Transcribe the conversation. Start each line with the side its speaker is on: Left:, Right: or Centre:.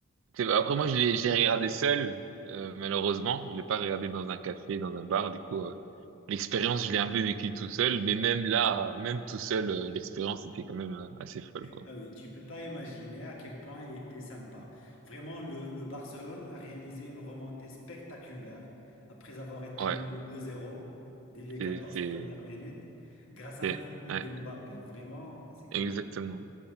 Right: C'est- Après, moi, je l'ai, je regardé seul, euh, malheureusement. Je l'ai pas regardé dans un café, dans un bar. Du coup, euh, l'expérience, je l'ai un peu vécue tout seul. Mais même là, même tout seul, euh, l'expérience était quand même euh, assez folle, quoi.
Left: Ah oui, tu peux pas imaginer à quel point il était sympa. Vraiment, le, le Barcelone a réalisé une remontée spectaculaire après avoir été
Right: Ouais,
Left: mené 2-0 dès les
Right: c'est,
Left: 14
Right: c'est,
Left: premières minutes grâce à
Right: c'est,
Left: un triplé
Right: ouais,
Left: de Mbappé. Vraiment, c'est quelqu'un.
Right: exactement.